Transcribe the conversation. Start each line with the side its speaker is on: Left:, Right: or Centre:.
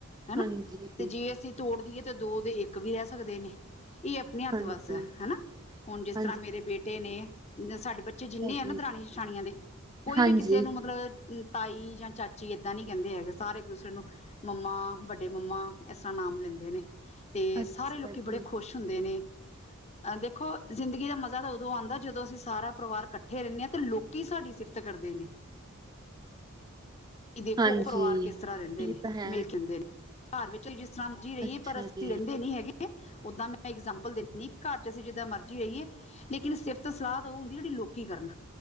Left: ਹਨਾ
Right: ਹਾਂਜੀ
Left: ਤੇ ਜੇ ਅਸੀਂ ਤੋੜ ਦੀਈਏ ਤੇ ਦੋ ਦੇ ਇੱਕ। ਓ ਵੀ ਰਹਿ ਸਕਦੇ ਨੇ, ਇਹ ਆਪਣੇ ਹੱਥ
Right: ਹਾਂਜੀ
Left: ਵੱਸ ਹਨਾ। ਹੁਣ ਜਿਸ
Right: ਹਾਂਜੀ
Left: ਤਰ੍ਹਾਂ ਮੇਰੇ ਬੇਟੇ ਨੇ, ਸਾਡੇ ਬੱਚੇ
Right: ਅੱਛਾ
Left: ਜਿੰਨੇ ਆ
Right: ਜੀ
Left: ਨਾ ਦਰਾਨੀਆਂ, ਜਠਾਣੀਆਂ, ਦੇ ਕੋਈ
Right: ਹਾਂਜੀ
Left: ਵੀ, ਕਿਸੇ ਨੂੰ ਮਤਲਬ ਤਾਈ ਨਾ ਚਾਚੀ ਇੱਦਾਂ ਨਹੀਂ ਕਹਿੰਦੇ ਹੈਗੇ, ਸਾਰੇ ਇੱਕ ਦੂਸਰੇ ਨੂੰ ਮੰਮਾ, ਵੱਡੇ ਮੰਮਾ, ਇਸ ਤਰ੍ਹਾਂ ਨਾਮ ਲੈਂਦੇ ਨੇ। ਤੇ
Right: ਅੱਛਾ
Left: ਸਾਰੇ ਲੋਕੀ,
Right: ਜੀ
Left: ਬੜੇ ਖੁਸ਼ ਹੁੰਦੇ ਨੇ ਐ ਦੇਖੋ, ਜ਼ਿੰਦਗੀ ਦਾ ਮਾ ਨਜਰ ਉਦੋਂ ਆਉਂਦਾ ਜਦੋਂ, ਅਸੀ ਸਾਰਾ ਪਰਿਵਾਰ ਇਕੱਠੇ ਰਹਿੰਦੇ, ਆਂ ਤੇ ਲੋਕੀ ਸਾਡੀ ਸਿਫਤ, ਕਰਦੇ ਨੇ। ਤੇ ਦੇਖੋ,
Right: ਹਾਂਜੀ
Left: ਉਹ ਪਰਿਵਾਰ ਕਿਸ ਤਰ੍ਹਾਂ ਰਹਿੰਦੇ
Right: ਇਹ
Left: ਨੇ,
Right: ਤਾਂ ਹੈ
Left: ਮਿਲ ਕੇ ਰਹਿੰਦੇ ਨੇ, ਘਰ ਵਿੱਚ ਸਮਜ਼ ਕੇ ਰਹੀਏ,
Right: ਅੱਛਾ
Left: ਪਰ ਅਸੀਂ
Right: ਜੀ
Left: ਰਹਿੰਦੇ ਨਈ, ਹੈਗੇ ਓਦਾਂ, ਮੈਂ ਇਗਜਾਮਪਲ ਦੇਂਨੀ,, ਘਰ 'ਚ ਅਸੀਂ ਜਿੱਦਾਂ ਮਰਜ਼ੀ ਰਹੀਏ, ਲੇਕਿਨ ਸਿਫਤ ਸਲਾਹ ਤਾਂ ਉਹ ਹੁੰਦੀ, ਜਿਹੜੀ ਲੋਕੀ ਕਰਨ।